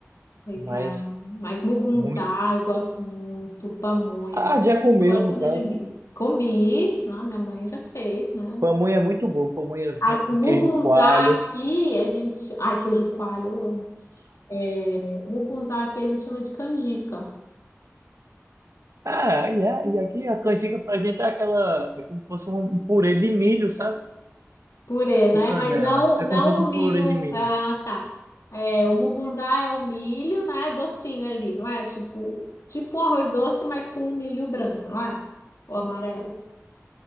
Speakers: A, on the left; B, on the right.
A: legal.
B: mas
A: Mas mugunzá
B: muito.
A: eu gosto muito, pamonha,
B: Ah,
A: gosto,
B: já comeu,
A: gosto
B: no
A: tudo
B: caso.
A: de mim.
B: né?
A: Comi, né? Minha mãe já fez, né?
B: Pamonha é muito boa, pamonhazinha
A: Ai,
B: com
A: o mugunzá
B: queijo coalho.
A: aqui, a gente. Ai, queijo coalho, eu amo. É, o mugunzá aqui a gente chama de canjica.
B: Ah, e, a- e aqui a canjica pra gente é aquela. É como se fosse um um purê de milho, sabe?
A: Purê, né?
B: Com canela.
A: Mas não,
B: É
A: não
B: como se fosse
A: o
B: um
A: milho.
B: purê de milho.
A: Ah, tá. É, o mugunzá é o milho, né? Docinho ali, não é? Tipo, tipo um arroz doce, mas com o milho branco, não é? Ou amarelo.